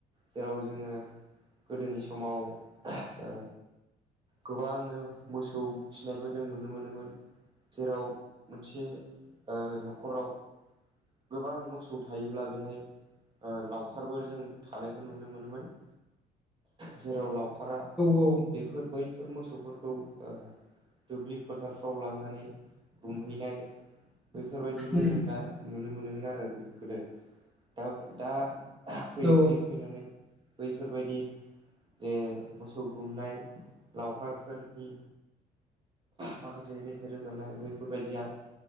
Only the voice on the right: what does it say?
जेराव जोङो गोदोनि समाव ओ गोबांनो मोसौ फिनायखौ जों नुनो मोनोमोन। जेराव मोनसे ओ नखराव गोबां मोसौ थायोब्ला बेहाय ओ लावखारबो जों थानायखौ नुनो मोनोमोन। जेराव लावखारा
बेफोर बैफोर मोसौफोरखौ ओ दुब्लि फोथारफ्राव लांनानै गुमहैनाय बैफोरबायदिखौ
जों दा नुनो मोनोमोन आरो गोदो दा दा फैयै
फैयै फैनानै बैफोरबायदि जे मोसौ गुमनाय लावखारफोरनि माखासे मेथाइ रोजाबनाय बैफोरबायदिया